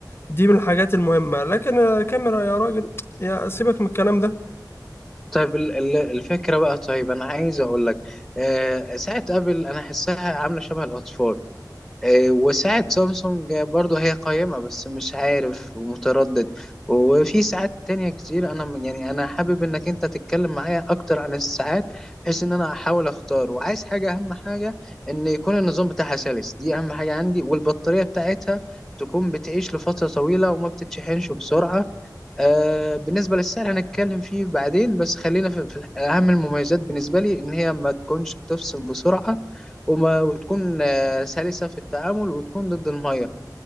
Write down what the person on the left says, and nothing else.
دي من الحاجات المهمة لكن آه، كاميرا يا راجل يا سيبك من الكلام ده